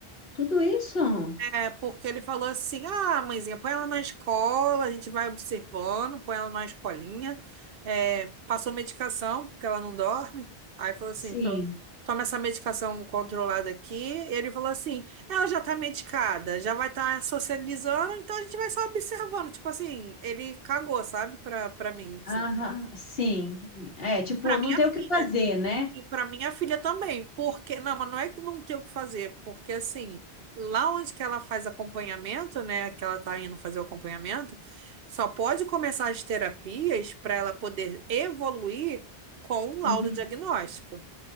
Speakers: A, on the left (about 65°); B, on the right (about 65°).
A: tudo isso?
B: É, porque ele falou assim: ah, mãezinha, põe ela na escola, a gente vai observando, põe ela na escolinha. É, passou medicação, porque ela não dorme. Aí falou assim:
A: Sim.
B: to- toma essa medicação controlada aqui. Ele falou assim: ela já tá medicada, já vai estar tá socializando, então a gente vai só observando. Tipo assim, ele cagou, sabe? Pra, pra mim, assim.
A: Aham. Sim. É, tipo,
B: E pra minha
A: não tem
B: filha.
A: o que fazer, né?
B: E para minha filha também, porque não, mas não é que não tem o que fazer, porque assim, lá onde que ela faz acompanhamento, né, que ela tá indo fazer o acompanhamento, só pode começar as terapias para ela poder evoluir com um laudo
A: Uhum.
B: diagnóstico.